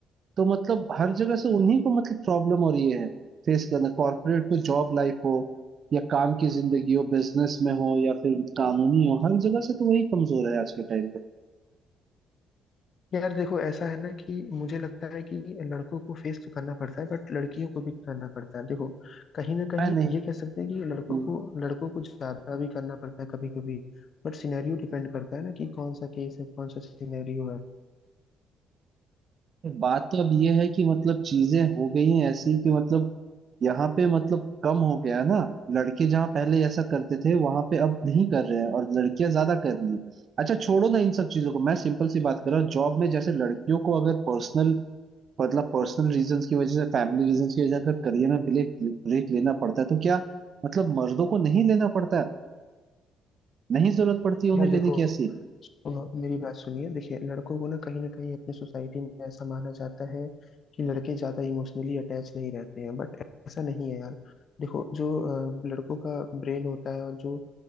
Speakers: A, on the right (about 45°); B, on the left (about 45°).
A: तो मतलब हर जगह से उन्हीं को मतलब प्रॉब्लम हो रही है फेस करना कॉर्पोरेट में जॉब लाइफ हो या काम की जिंदगी हो बिजनेस में हो या फिर कानूनी हो हर जगह से तो वही कमजोर है आज के टाइम पे
B: यार देखो ऐसा है ना कि मुझे लगता है कि लड़कों को फेस तो करना पड़ता है बट लड़कियों को भी करना पड़ता है देखो कहीं ना कहीं
A: मैं नहीं
B: ये कह सकते हैं कि लड़कों
A: हम्म,
B: को लड़कों को ज्यादा भी करना पड़ता है कभी कभी बट सिनेरियो डिपेंड करता है ना कि कौन सा केस है कौन सा सिनेरियो है
A: बात तो अब ये है कि मतलब चीजें हो गई हैं ऐसी कि मतलब यहाँ पे मतलब कम हो गया ना लड़के जहाँ पहले ऐसा करते थे वहां पे अब नहीं कर रहे हैं और लड़कियां ज्यादा कर रही हैं अच्छा छोड़ो ना इन सब चीजों को मैं सिंपल सी बात कर रहा हूँ जॉब में जैसे लड़कियों को अगर पर्सनल मतलब पर्सनल रीजंस की वजह से फैमिली रीजंस की वजह से अगर करियर में ब्रेक ब्रेक लेना पड़ता है तो क्या मतलब मर्दों को नहीं लेना पड़ता नहीं जरूरत पड़ती है उन्हें
B: यार
A: लेने
B: देखो
A: की ऐसी
B: सुनो मेरी बात सुनिए देखिए लड़कों को ना कहीं ना कहीं अपने सोसाइटी में ऐसा माना जाता है कि लड़के ज्यादा इमोशनली अटैच नहीं रहते हैं बट ऐसा नहीं है यार देखो जो अ, लड़कों का ब्रेन होता है और जो